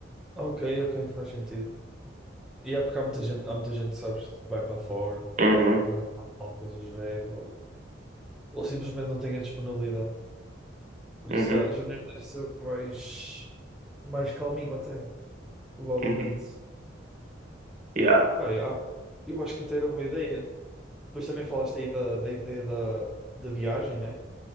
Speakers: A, in the centre; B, on the right (about 40°).
A: Ok, ok, faz sentido. E é porque há muita gente, há muita gente, sabes, tipo, vai para fora,
B: Uhum,
A: Natal, coisas do género, ou, ou simplesmente não tem a disponibilidade. Por
B: uhum,
A: isso, já, janeiro deve ser mais, mais calminho até, provavelmente.
B: uhum. Yeah.
A: Pá, é, ah, eu acho que até era boa ideia. Depois também falaste aí da, da ideia da, da viagem, né?